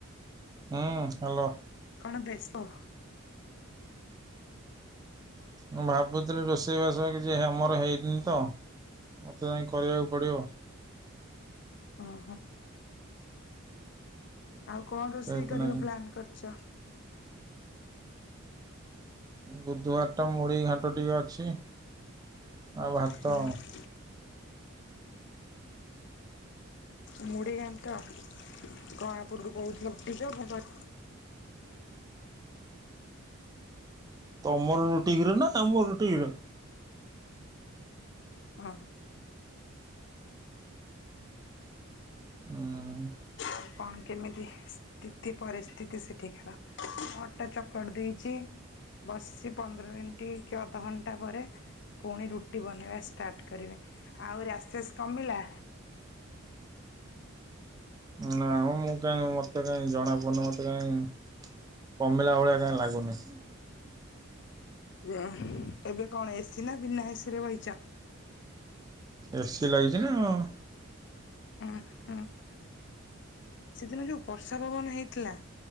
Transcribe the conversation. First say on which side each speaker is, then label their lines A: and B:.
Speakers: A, on the right; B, on the left.
A: ହୁଁ ହ୍ୟାଲୋ।
B: କଣ ବ୍ୟସ୍ତ?
A: ମୁଁ ଭାବୁଥିଲି ରୋଷେଇ ବାସ ହେ କିଛି ମୋର ହେଇନି ତ ମୋତେ ଯାଇ କରିବାକୁ ପଡ଼ିବ।
B: ହଁ <unintelligible> ହଁ ଆଉ କଣ ରୋଷେଇ
A: ଯାଇତି
B: କରିବ
A: ନାହିଁ
B: ପ୍ଲାନ୍ କରିଛ?
A: ବୁଧବାର ଟା ମୁଢି ଘାଣ୍ଟ ଟିକେ ଅଛି। ଆଉ ଭାତ
B: ହୁଁ ମୁଢି ଘାଣ୍ଟ କଣ ଆପଣ କହୁଥିଲେ ରୁଟି ଦିଅ ଘାଣ୍ଟ?
A: ତମର ରୁଟିି କ୍ଷୀର ନା ଆମ ରୁଟି କ୍ଷୀର।
B: ହଁ।
A: ହଁ <unintelligible>
B: ଆଉ କଣ କେମିତି ସ୍ଥିତି ପରିସ୍ଥିତି ସେଠିକାର ଅଟା ଚପ <unintelligible> କରି ଦେଇଛି ବସିଛି ପନ୍ଦର ମିନିଟ କି ଅଧଘଣ୍ଟା ପରେ ପୁଣି ରୁଟି ବନେଇବା ଷ୍ଟାର୍ଟ କରିବେ। ଆଉ ରାସେସ୍ କମିଲା?
A: ନା ମୁଁ କାଇଁ ମତେ କାଇହିଁ ଜଣା ପଡୁନି। ମତେ କାଇଁ କମିଲା ଭଳିଆ କାଇଁ ଲାଗୁନି।
B: ଉ ଏବେ କଣ ଏସିି ନା ବିନା ଏସି ରେ ବଇଚ?
A: ଏସି ଲାଗିଛି ନା ଅ।
B: ହଁ ହଁ <unintelligible> ସେଦିନ ଯୋଉ ବର୍ଷା ପବନ ହେଇଥିଲା